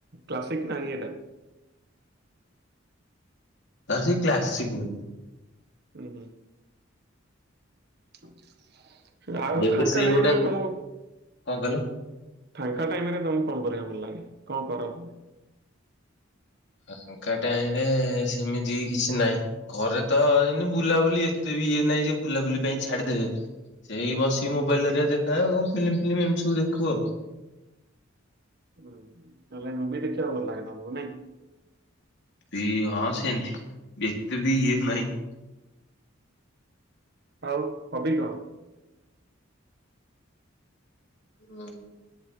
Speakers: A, on the right (about 55°); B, on the left (about 60°).
A: କ୍ଲସିକ ନା ଇଏଟା।
B: ତାର ସେ କ୍ଲାସିକ ବୋଧେ।
A: ହୁଁ ହୁଁ। ଆଉ
B: ଏବେ
A: ଫାଙ୍କା
B: ସେଇଗୁଡା
A: ଟାଇମ୍ ରେ ତ ମୁଁ
B: କଣ କହିଲ
A: ଫାଙ୍କା ଟାଇମ୍ ରେ ତମେ କଣ କରିବା ଭଲ ଲାଗେ? କଣ କର ତମେ?
B: ଫାଙ୍କା ଟାଇମ୍ ରେ ସେମିତି କିଛି ନାହିଁ। ଘରେ ତ ଏଇନେ ବୁଲାବୁଲି ଏତେ ବି ଇଏ ନାହିଁ ଯେ ବୁଲାବୁଲି ପାଇଁ ଛାଡିଦେବେ। ସେଇ ବସି ମୋବାଇଲରେ ଟିକେ ଦେଖାଏ। ଆଉ ଫିଲ୍ମ ଫିଲମ ଏମିତି ସବୁ ଦେଖୁ ଆଉ।
A: ତାହେଲେ ମୁଭି ଦେଖିବାକୁ ଭଲ ଲାଗେ ତମକୁ ନାଇଁ।
B: ବି ହଁ ସେମିତି ଏତେବି ଇଏ ନାହିଁ।
A: ଆଉ ଅଧିକ।
B: ହୁଁ।